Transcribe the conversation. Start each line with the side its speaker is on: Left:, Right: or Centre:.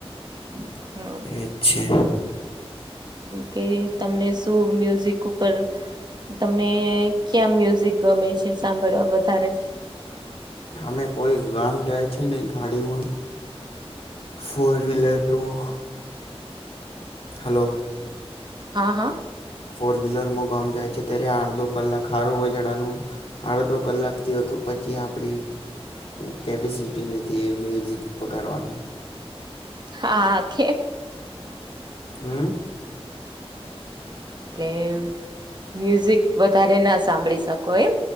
Right: <inaudible> હા
Left: અચ્ છે
Right: કે તમને શું મ્યુઝિક ઉપર તમને ક્યાં મ્યુઝિક ગમે છે સાંભળવા વધારે
Left: અમે કોઈ ગામ જાય છે ને ગાડીમાં ફોર વ્હીલરમાં હલો
Right: હા હા
Left: ફોર વ્હીલરમાં ગામ જાય છે ત્યારે અડધો કલાક સારું વજાડાનું અડધો કલાકથી હો કે પછી આપણી કેપેસિટી નથી એ મ્યુઝિક વગાડવાની
Right: હા કેે
Left: હમ
Right: એટલે મ્યુઝિક વધારે ના સાંભળી શકો એમ